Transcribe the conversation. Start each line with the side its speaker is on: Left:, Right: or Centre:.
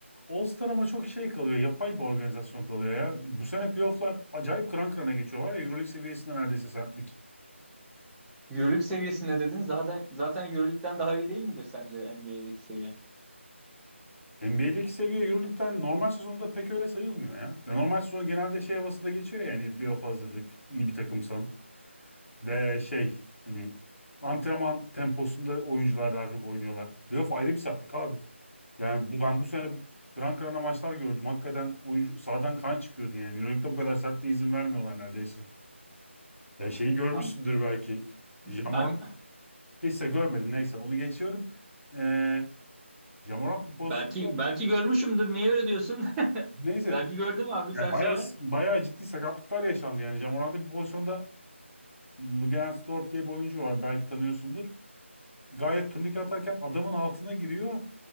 Left: All-Star ama çok şey kalıyor. Yapay bir organizasyon kalıyor ya. Bu sene playofflar acayip kıran kırana geçiyor var ya. Euroleague seviyesinde neredeyse sertlik.
Centre: Euroleague seviyesine dedin zaten zaten Euroleague'den daha iyi değil midir sence NBA'deki seviye?
Left: NBA'deki seviye Euroleague'den normal sezonda pek öyle sayılmıyor ya. Ya normal sezon genelde şey havasında geçiyor ya. Hani playoff hazırlık, iyi bir takımsan. Ve şey hani antrenman temposunda oyuncular daha çok oynuyorlar. Playoff ayrı bir sertlik abi. Yani bu, ben bu sene kıran kırana maçlar gördüm. Hakikaten oyuncu sahadan kan çıkıyordu yani. Euroleague'de bu kadar sertliğe izin vermiyorlar neredeyse. Ya şeyi görmüşsündür
Centre: Ha,
Left: belki.
Centre: ben
Left: Jamoran. Neyse görmedin neyse onu geçiyorum. Ee, Jamoran bir pozisyonda
Centre: belki belki görmüşümdür. Niye öyle diyorsun? <laughs>
Left: neyse
Centre: Belki gördüm abi
Left: ya
Centre: sen
Left: bayağı
Centre: söyle.
Left: bayağı ciddi sakatlıklar yaşandı yani Jamoran'da bir pozisyonda Lugens Dort diye bir oyuncu var belki tanıyorsundur. Gayet turnike atarken adamın altına giriyor